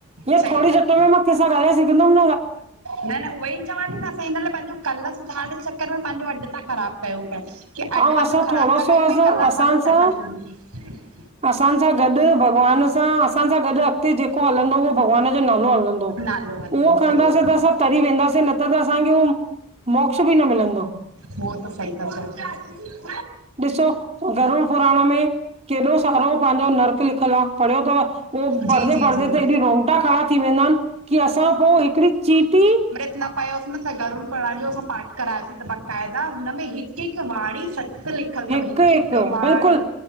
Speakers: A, on the right (about 30°); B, on the right (about 75°).
A: हे
B: सही
A: थोड़ी
B: ॻाल्हि
A: जा त मां कैंसा गल्हाए सघदम!
B: न न उहई चवां थी न असां हिन लाय पंहिंजो कल सुधारण जे चक्कर में पंहिंजो अडु तां ख़राबु कयूं पिया। कि अडु
A: ऐं
B: पंहिंजो
A: असां
B: ख़राबु
A: थोड़ो
B: था
A: सो
B: कयूं,
A: असां
B: भई कल असांॼो
A: असां
B: सेटल
A: सां
B: थींदो।
A: असां सां गॾु भॻवान सां असां सां गॾु अॻिते जेको हलंदो उहो भॻवान जो नालो हलंदो।
B: नालो हलंदो
A: उहो खणदासीं
B: सही आहे
A: त असां तरी वेंदासीं न त त असांखे उहो मोक्ष बि न मिलंदो।
B: उहो त सही ता चओ प्या।
A: ॾिसो, गरुड़ पुराण में केॾो सारो पांजो नर्क लि खयल आ, पढ़ियो तव उहो
B: जी
A: पढ़दे
B: जी
A: पढ़दे
B: जी
A: त एॾी रोंगटा खड़ा थी वेंदा आन कि असां पो हिकिड़ी चीटी
B: ना पयोसि न त गरूड़ पुराण जो असां पाठ करायोसीं त बाक़ाइदा हुन में हिकु हिकु वाणी सत लिख खल
A: हिकु
B: तव हिक हिक
A: हिकु
B: वाणी,
A: बिल्कुलु